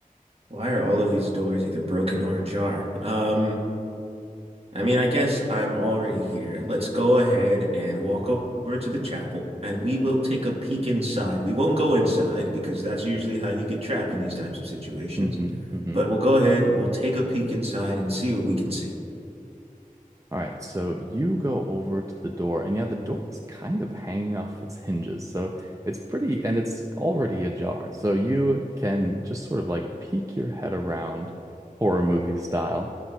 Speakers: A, on the right; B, on the right.
A: Why are all of these doors either broken or ajar? Um, I mean, I guess I'm already here. Let's go ahead and walk o- over to the chapel and we will take a peek inside. We won't go inside because that's usually how you get trapped in these types of situations.
B: hmm hmm
A: But we'll go ahead, we'll take a peek inside and see what we can see.
B: All right, so you go over to the door, and yeah, the door is kind of hanging off its hinges. So it's pretty, and it's already ajar. So you can just sort of like peek your head around horror movie style,